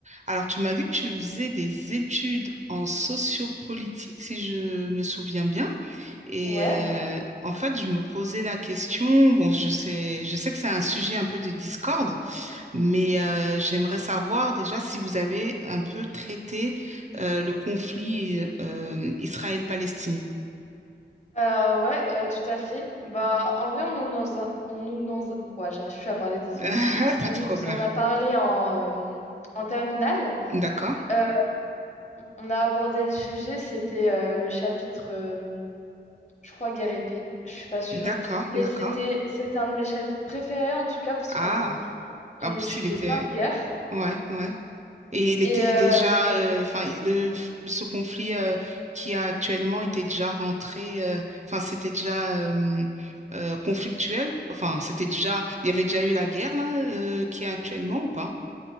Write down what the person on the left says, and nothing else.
Ouais,
euh, ouais, euh, tout à fait. Bah, en vrai, on nous dans un- on nous dans un- ouais, j'arrive plus à parler, désolée.
On
nous
en a parlé en, euh, en terminale.
Euh, on a abordé le sujet, c'était euh, le chapitre, euh, je crois, guerre épée, je suis pas sûre.
Mais
c'était c'était un de mes chapitres préférés, en tout cas, parce
qu'on on
étudiait
plein de guerres.
Et,
euh,